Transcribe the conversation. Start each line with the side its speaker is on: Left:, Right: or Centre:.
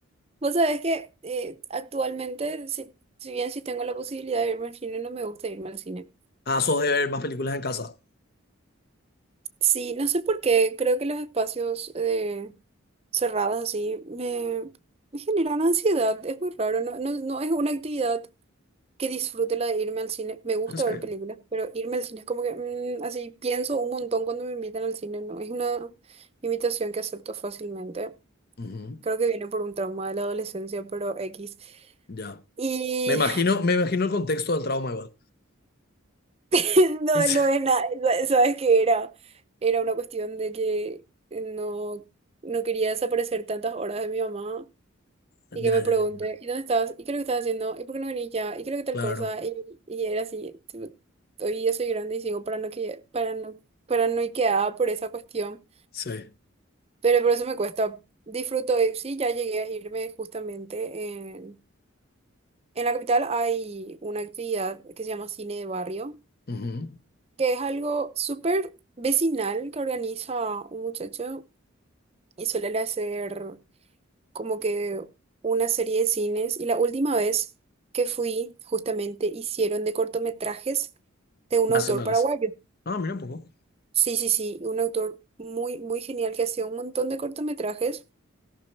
Right: vos sabés que eh, actualmente, si, si bien sí tengo la posibilidad de irme al cine, no me gusta irme al cine.
Left: Ah, sos de ver más películas en casa.
Right: Sí, no sé por qué, creo que los espacios eh, cerrados así me, me generan ansiedad, es muy raro, no, no, no es una actividad que disfrute la de irme al cine, me gusta
Left: ¿En serio?
Right: ver películas, pero irme al cine es como que mm, así pienso un montón cuando me invitan al cine, no es una invitación que acepto fácilmente,
Left: Ujú,
Right: creo que viene por un trauma de la adolescencia, pero X,
Left: Ya.
Right: y
Left: Me imagino, me imagino el contexto del trauma igual.
Right: <laughs> no,
Left: <laughs>
Right: no es nada, sabes que era, era una cuestión de que no no quería desaparecer tantas horas de mi mamá
Left: Ya,
Right: Y que me
Left: ya, ya.
Right: pregunte, ¿y dónde estás? ¿Y qué es lo que estás haciendo? ¿Y por qué no venís ya? ¿Y qué es lo que tal
Left: Claro.
Right: cosa? Y, y era así. tipo, Hoy ya soy grande y sigo parano que, parano, paranoiqueada por esa cuestión.
Left: Sí.
Right: Pero por eso me cuesta. Disfruto, y sí, ya llegué a irme justamente. En, en la capital hay una actividad que se llama cine de barrio,
Left: ujú,
Right: que es algo súper vecinal que organiza un muchacho y suele hacer. como que una serie de cines y la última vez que fui justamente hicieron de cortometrajes de un
Left: Nacionales.
Right: autor paraguayo.
Left: Ah, mira un poco.
Right: Sí, sí, sí, un autor muy, muy genial que hacía un montón de cortometrajes